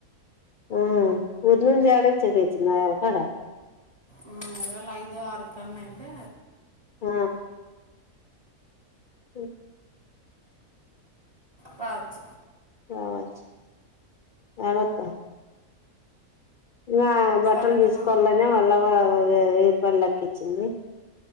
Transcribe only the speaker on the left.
ఉ ఊరిలోంచాడ వచ్చ క వచ్చిందయాలకాడ
ఆ ఓ
పాచ్ జాగ్రత్త ఇంగా బట్టలు
తీసుకోవాలనే వాళ్ళ అవ్వ ఏపల్లకిచ్చింది